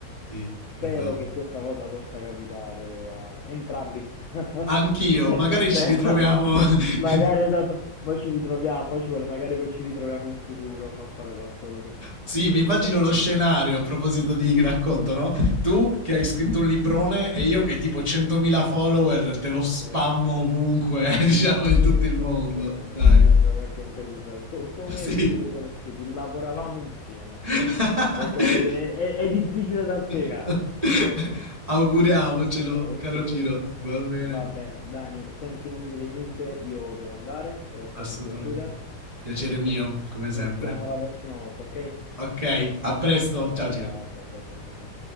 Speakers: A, on the right; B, on the left.
A: Sì.
B: Spero
A: Esatto.
B: che questa cosa possa capitare a entrambi. <laughs> Se-
A: Anch'io, magari
B: se-
A: ci ritroviamo. <laughs>
B: magari esatto, ma ci ritroviamo, mo ci vuole, magari poi ci ritroviamo in futuro a fare qualcosa.
A: sì,
B: Sarebbe
A: mi immagino
B: carino.
A: lo scenario a proposito di racconto, no? Tu che hai scritto un librone e io che tipo 100.000 follower te lo spammo
B: Sì.
A: ovunque, <laughs> diciamo in
B: Sì,
A: tutto il
B: sì,
A: mondo.
B: sì, sì,
A: Dai.
B: immagino qualche intervista. Co- come
A: Sì.
B: vi siete conosciuti? Lavoravamo insieme.
A: <laughs>
B: È, che- è- è- è difficile da
A: <laughs>
B: spiegare.
A: Auguriamocelo,
B: Ok,
A: caro Ciro. Va bene,
B: va bene. Dani, senti, non mi dire niente, io devo andare, però è stato
A: assolutamente.
B: un piacere.
A: Piacere mio,
B: Senti,
A: come
B: ci
A: sempre.
B: sentiamo la prossima volta, ok?
A: Ok, a presto.
B: Ciao,
A: Ciao Ciro.
B: ciao, ciao, ciao, ciao, ciao. dai.